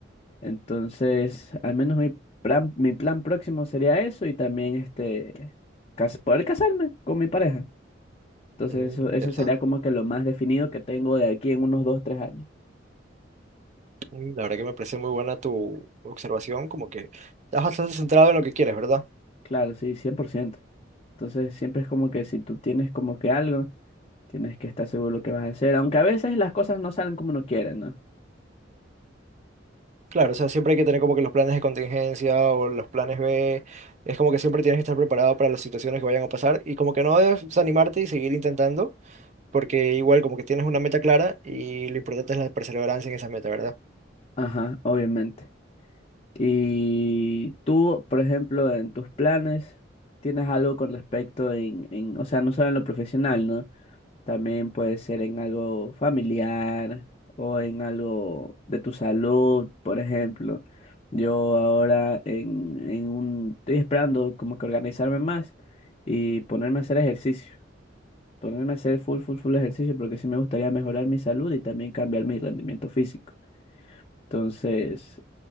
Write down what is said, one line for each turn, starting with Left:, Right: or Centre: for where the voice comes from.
Left: Entonces, al menos mi plan, mi plan próximo sería eso y también este, cas- poder casarme con mi pareja. Entonces,
Right: Mm,
Left: eso,
Right: interesante.
Left: eso sería como que lo más definido que tengo de aquí en unos dos, tres años.
Right: Mm, La verdad que me parece muy buena tu observación, como que estás bastante centrado en lo que quieres, ¿verdad?
Left: Claro, sí, cien por ciento Entonces, siempre es como que si tú tienes como que algo. Tienes que estar seguro de lo que vas a hacer, aunque a veces las cosas no salen como uno quiere, ¿no?
Right: Claro, o sea, siempre hay que tener como que los planes de contingencia o los planes B, es como que siempre tienes que estar preparado para las situaciones que vayan a pasar y como que no debes desanimarte y seguir intentando, porque igual como que tienes una meta clara y lo importante es la perseverancia en esa meta, ¿verdad?
Left: Ajá, obviamente. Y tú, por ejemplo, en tus planes, tienes algo con respecto en, en, o sea, no solo en lo profesional, ¿no? También puede ser en algo familiar o en algo de tu salud, por ejemplo. Yo ahora en, en un, estoy esperando como que organizarme más y ponerme a hacer ejercicio. ponerme a hacer full, full, full ejercicio porque sí me gustaría mejorar mi salud y también cambiar mi rendimiento físico. Entonces,